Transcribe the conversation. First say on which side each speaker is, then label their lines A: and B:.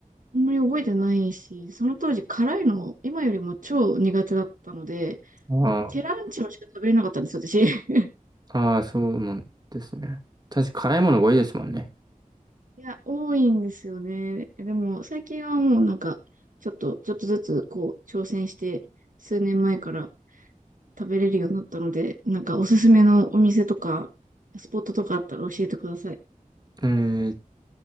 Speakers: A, on the right; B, on the right.
A: あんまり覚えてないし、その当時辛いの今よりも超苦手だったので、
B: あ、
A: もうケランチョしか食べれなかったんですよ、
B: あ
A: 私。<laughs>
B: あ、ああそうなんですね。確か辛いものが多いですもんね。
A: いや、多いんですよね。でも最近はもうなんか、ちょっと、ちょっとずつこう、挑戦して、数年前から食べれるようになったので、なんかおすすめのお店とか、スポットとかあったら教えてください。
B: えーっ